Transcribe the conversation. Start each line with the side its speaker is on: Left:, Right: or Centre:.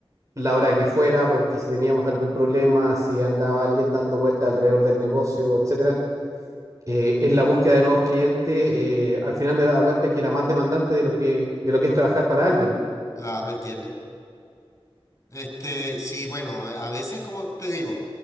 Right: la hora que fuera, porque si teníamos algún problema, si andaba alguien dando vuelta alrededor del negocio, etcétera, eh, en la búsqueda de nuevos clientes, eh, al final me daba cuenta que era más demandante de lo que, de lo que es trabajar para alguien.
Left: Claro, entiendo. Este, sí, bueno, a veces, como te digo,